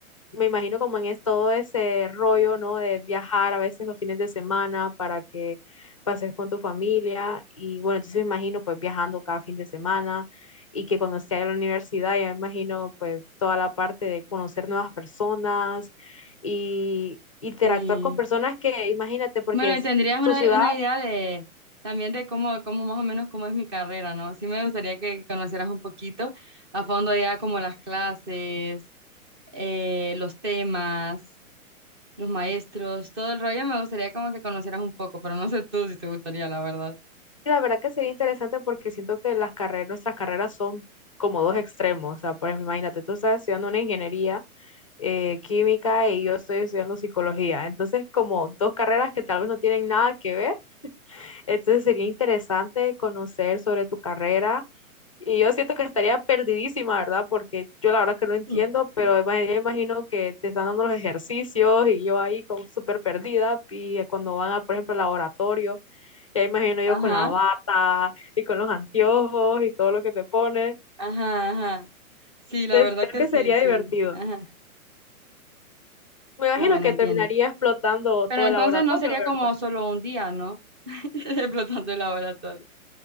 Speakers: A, on the left (about 25°); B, on the right (about 20°).
A: me imagino como en es todo ese rollo, ¿no? De viajar a veces los fines de semana para que pases con tu familia. Y bueno, entonces me imagino pues viajando cada fin de semana y que cuando esté en la universidad, ya me imagino pues toda la parte de conocer nuevas personas y interactuar
B: Sí.
A: con personas que, imagínate, porque
B: Bueno,
A: es
B: y tendrías una,
A: tu ciudad,
B: una idea de también de cómo, cómo más o menos cómo es mi carrera, ¿no? Sí me gustaría que conocieras un poquito a fondo ya como las clases, eh, los temas, los maestros, todo el rollo me gustaría como que conocieras un poco, pero no sé tú si te gustaría, la verdad.
A: la verdad que sería interesante porque siento que las carreras, nuestras carreras son como dos extremos. O sea, por ejemplo, imagínate, tú estás estudiando una ingeniería eh, química y yo estoy estudiando psicología. Entonces, como dos carreras que tal vez no tienen nada que ver, entonces sería interesante conocer sobre tu carrera. Y yo siento que estaría perdidísima, ¿verdad? Porque yo la verdad que no entiendo,
B: Mm.
A: pero ima- yo imagino que te están dando los ejercicios y yo ahí como súper perdida. Y cuando van a, por ejemplo, al laboratorio, ya imagino yo
B: Ajá,
A: con la bata y con los anteojos y todo lo que te pones.
B: ajá, ajá. Sí, la
A: Entonces,
B: verdad
A: creo
B: que sí,
A: que sería
B: sí.
A: divertido.
B: Ajá.
A: Me imagino
B: Ah, bueno,
A: que
B: entiendo.
A: terminaría explotando todo
B: Pero entonces
A: el laboratorio,
B: no sería
A: ¿verdad?
B: como solo un día, ¿no? <laughs> Explotando el laboratorio.